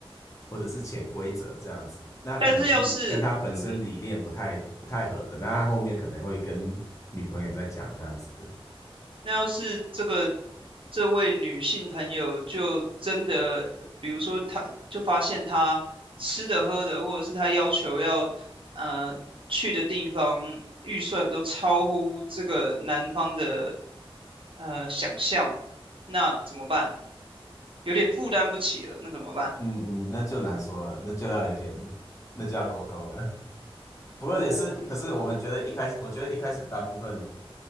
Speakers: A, on the left; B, on the right.
A: 或者是潜规则这样子。那可能是跟他本身理念不太不太合的，
B: 但是要是，嗯哼，
A: 那他后面可能会跟女朋友在讲这样子。
B: 那要是这个这位女性朋友就真的，比如说她就发现她吃的喝的，或者是她要求要，呃，去的地方预算都超乎这个男方的，呃，想象，那怎么办？有点负担不起了，那怎么办？
A: 嗯嗯，那就难说了，那就要有点，那就要沟通了。不过也是，
B: 哦，
A: 可是我们觉得一开始，我觉得一开始大部分